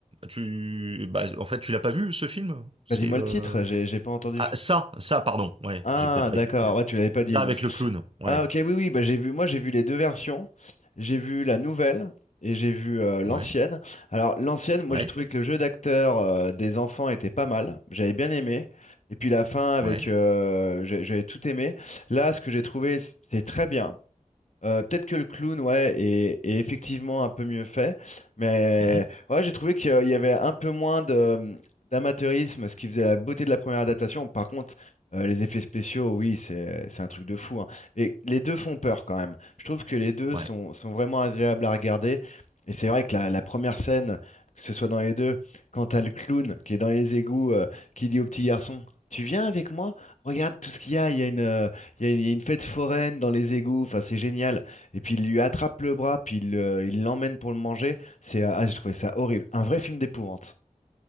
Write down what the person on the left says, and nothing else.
Bah, dis-moi
le titre, j'ai j'ai pas entendu.
Ah,
d'accord,
ouais, tu l'avais pas dit
donc.
Ah, ok, oui, oui, bah, j'ai vu, moi j'ai vu les deux versions. J'ai vu la nouvelle et j'ai vu euh, l'ancienne.
Alors, l'ancienne, moi
j'ai trouvé que le jeu d'acteur euh, des enfants était pas mal. J'avais bien aimé. Et puis la fin avec.
euh, j'ai- j'avais tout aimé. Là, ce que j'ai trouvé, c'est très bien. Euh, peut-être que le clown, ouais, est, est effectivement un peu mieux fait, mais
ouais, j'ai trouvé qu'il y avait un peu moins de d'amateurisme, ce qui faisait la beauté de la première adaptation. Par contre, euh, les effets spéciaux, oui, c'est c'est un truc de fou, hein. Et les deux font peur quand même. Je trouve que les deux
sont, sont vraiment agréables à regarder. Et c'est vrai que la, la première scène, que ce soit dans les deux, quand t'as le clown qui est dans les égouts, euh, qui dit au petit garçon, Tu viens avec moi? Regarde tout ce qu'il y a, il y a une, euh, il y, a il y a une fête foraine dans les égouts, enfin c'est génial. Et puis il lui attrape le bras, puis il euh, il l'emmène pour le manger. C'est, euh, ah, j'ai trouvé ça horrible, un vrai film d'épouvante.